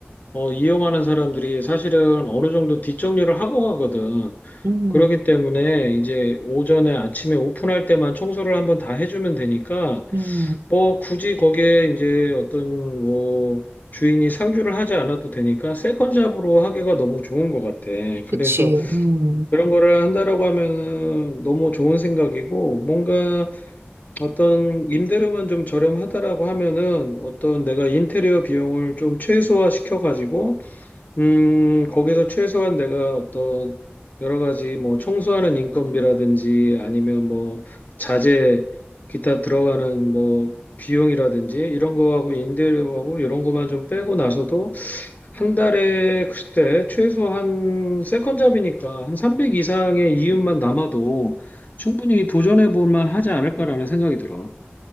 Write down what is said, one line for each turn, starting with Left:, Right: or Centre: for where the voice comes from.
Left: 어, 이용하는 사람들이 사실은 어느 정도 뒷정리를 하고 가거든.
Right: 음,
Left: 그렇기 때문에 이제 오전에 아침에 오픈할 때만 청소를 한번 다 해주면 되니까
Right: 음,
Left: 뭐 굳이 거기에 이제 어떤 뭐 주인이 상주를 하지 않아도 되니까 세컨잡으로 하기가 너무 좋은 것 같아.
Right: 그치.
Left: 그래서
Right: 음.
Left: 그런 거를 한다라고 하면은 너무 좋은 생각이고 뭔가 어떤 임대료만 좀 저렴하다라고 하면은 어떤 내가 인테리어 비용을 좀 최소화 시켜가지고 음, 거기서 최소한 내가 어떤 여러 가지 뭐 청소하는 인건비라든지 아니면 뭐 자재 기타 들어가는 뭐 비용이라든지 이런 거하고 임대료하고 이런 거만 좀 빼고 나서도 한 달에 글쎄 최소 한 세컨잡이니까 한 300 이상의 이윤만 남아도 충분히 도전해 볼 만하지 않을까라는 생각이 들어.